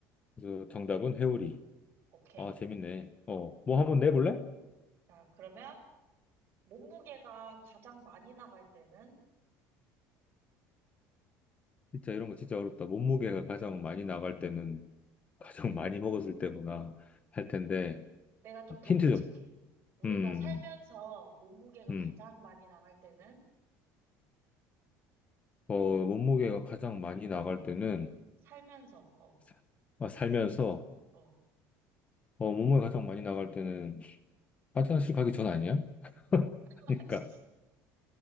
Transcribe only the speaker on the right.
오케이.
자, 그러면 몸무게가 가장 많이 나갈 때는
어,
내가 좀 덧붙일게.
우리가
살면서 몸무게가
가장 많이 나갈 때는
살면서 어,
어.
<laughs>
아, 진짜.